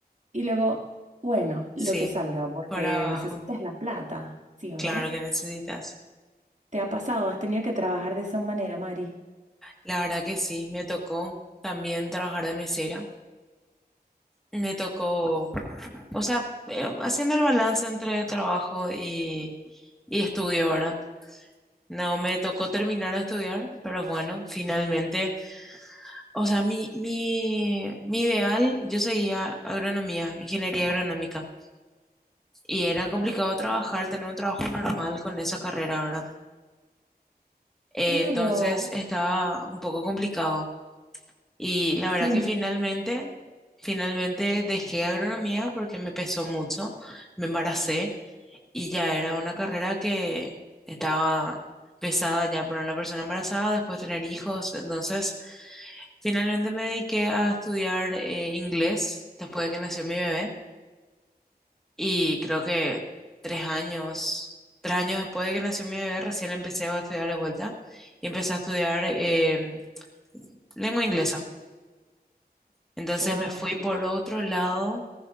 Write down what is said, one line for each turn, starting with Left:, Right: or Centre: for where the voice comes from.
Right: Y luego, bueno,
Centre: Sí,
Right: lo que salga, porque
Centre: por abajo.
Right: necesitas la plata, ¿sí o
Centre: Claro
Right: no?
Centre: que necesitas.
Right: ¿Te ha pasado? ¿Has tenido que trabajar de esa manera, Mari?
Centre: La verdad que sí, me tocó también trabajar de mesera. Me tocó O sea, eh, haciendo el balance entre trabajo y, y estudio, ¿verdad? No me tocó terminar de estudiar, pero bueno, finalmente, o sea, mi, mi, mi ideal, yo seguía agronomía, ingeniería agronómica, y era complicado trabajar, tener un trabajo normal con esa carrera, ¿verdad? Eh,
Right: Claro,
Centre: entonces estaba un poco complicado. Y la
Right: sí.
Centre: verdad que finalmente, finalmente dejé agronomía porque me pesó mucho, me embaracé y ya era una carrera que estaba pesada ya para una persona embarazada, después tener hijos. Entonces, finalmente me dediqué a estudiar eh, inglés después de que nació mi bebé y creo que tres años, tres años después de que nació mi bebé, recién empecé a estudiar de vuelta y empecé a estudiar eh, lengua inglesa. Entonces
Right: Wow,
Centre: me fui por otro lado.